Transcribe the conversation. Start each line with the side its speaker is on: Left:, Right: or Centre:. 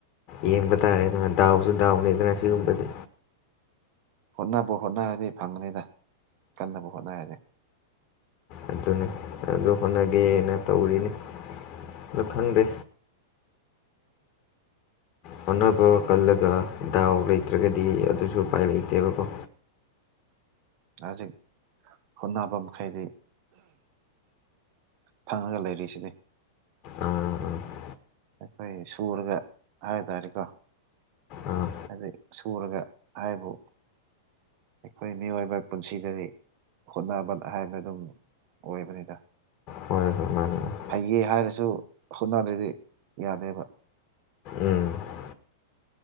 Right: ꯎꯝ
Left: ꯌꯦꯡꯕ ꯇꯥꯔꯦ ꯑꯗꯨꯅ ꯗꯥꯎꯕꯁꯨ ꯗꯥꯎꯅꯤꯗꯅ ꯁꯤꯒꯨꯝꯕꯗꯤ
Right: ꯍꯣꯠꯅꯕ ꯍꯣꯠꯅꯔꯗꯤ ꯐꯪꯒꯅꯤꯗ ꯀꯟꯅꯕꯕꯨ ꯍꯣꯠꯅꯔꯅꯤ
Left: ꯑꯗꯨꯅꯤ ꯑꯗꯨ ꯍꯣꯠꯅꯒꯦꯅ ꯇꯧꯔꯤꯅꯦ ꯑꯗꯨ ꯈꯟꯗꯦ ꯍꯣꯠꯅꯕ ꯀꯜꯂꯒ ꯗꯥꯎ ꯂꯩꯇ꯭ꯔꯒꯗꯤ ꯑꯗꯨꯁꯨ ꯎꯄꯥꯏ ꯂꯩꯇꯦꯕꯀꯣ
Right: ꯍꯧꯖꯤꯛ ꯍꯣꯠꯅꯕ ꯃꯈꯩꯗꯤ ꯐꯪꯉꯒ ꯂꯩꯔꯤꯁꯤꯗꯤ
Left: ꯑꯥ ꯑꯥ
Right: ꯑꯩꯈꯣꯏ ꯁꯨꯔꯒ ꯍꯥꯏ ꯇꯥꯔꯦꯀꯣ
Left: ꯑꯥ
Right: ꯑꯗꯨ ꯁꯨꯔꯒ ꯍꯥꯏꯕꯨ ꯑꯩꯈꯣꯏ ꯃꯤꯑꯣꯏꯕ ꯄꯨꯟꯁꯤꯗꯗꯤ ꯍꯣꯠꯅꯕ ꯍꯥꯏꯕꯅ ꯑꯗꯨꯝ ꯑꯣꯏꯕꯅꯤꯗ
Left: ꯍꯣꯏ ꯍꯣꯏ ꯃꯥꯅꯤ ꯃꯥꯅꯤ
Right: ꯍꯩꯌꯦꯦ ꯍꯥꯏꯔꯁꯨ ꯍꯣꯠꯅꯗ꯭ꯔꯗꯤ ꯌꯥꯗꯦꯕ
Left: ꯎꯝ